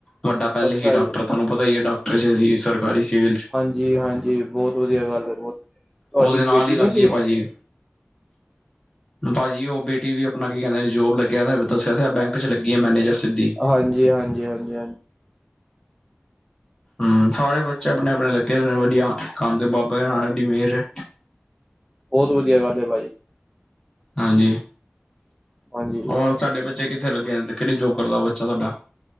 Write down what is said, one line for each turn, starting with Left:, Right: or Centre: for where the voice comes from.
Left: ਵੱਡਾ ਪਹਿਲੇ
Centre: ਅੱਛਾ
Left: ਹੀ ਡਾਕਟਰ
Centre: ਜੀ
Left: ਤੁਹਾਨੂੰ ਪਤਾ ਹੀ ਹੈ ਡਾਕਟਰ ਚ ਸੀ ਸਰਕਾਰੀ ਸਿਵਲ ਚ।
Centre: ਜੀ ਹਾਂਜੀ ਬਹੁਤ ਵਧੀਆ ਗੱਲ ਹੈ ਬਹੁਤ ਤੁਹਾਡੀ
Left: ਉਹਦੇ ਨਾਲ
Centre: ਬੇਟੀ
Left: ਹੀ ਲੱਗ
Centre: ਨੀ
Left: ਗਈ
Centre: ਸੀ
Left: ਏ ਭਾਜੀ। ਭਾਜੀ ਉਹ ਬੇਟੀ ਵੀ ਆਪਣਾ ਕੀ ਕਹਿੰਦੇ ਨੇ ਜੋਬ ਲੱਗਿਆ ਦੱਸਿਆ ਤੇ ਬੈਂਕ ਚ ਲੱਗੀ ਹੈ ਮੈਨੇਜਰ ਸਿੱਧੀ।
Centre: ਹਾਂਜੀ-ਹਾਂਜੀ, ਹਾਂਜੀ-ਹਾਂਜੀ
Left: ਹਮ ਸਾਰੇ ਬੱਚੇ ਆਪਣੇ-ਆਪਣੇ ਲੱਗੇ ਹੋਏ ਨੇ ਵਧੀਆ ਕੰਮ ਤੇ ਬਾਬਾ ਨਾਨਕ ਦੀ ਮਿਹਰ ਏ।
Centre: ਬਹੁਤ ਵਧੀਆ ਗੱਲ ਹੈ ਭਾਜੀ।
Left: ਹਾਂਜੀ,
Centre: ਹਾਂਜੀ
Left: ਹੋਰ ਸਾਡੇ ਬੱਚੇ ਕਿੱਥੇ ਲੱਗੇ ਨੇ ਕਿਹੜੀ ਜੋਬ ਕਰਦਾ ਬੱਚਾ ਸਾਡਾ?